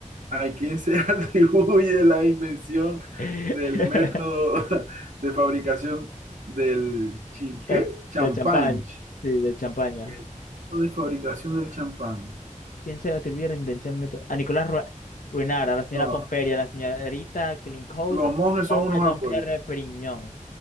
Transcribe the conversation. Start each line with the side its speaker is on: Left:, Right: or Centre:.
Right: ¿A quién se <laughs> atribuye la invención
Left: <laughs>
Right: del método <laughs> de fabricación del chi-
Left: Cha-
Right: ¿qué? champán?
Left: Del champán, sí, del champaña.
Right: El método de fabricación del champán.
Left: ¿Quién se le atribuye la invención del método? A Nicolás Ru- Ruinart, a la señora
Right: Ah,
Left: Pomperia, a la señorita Clincoat,
Right: los monjes
Left: monje
Right: son unos
Left: Don
Right: alcohólicos,
Left: Pierre Perignon.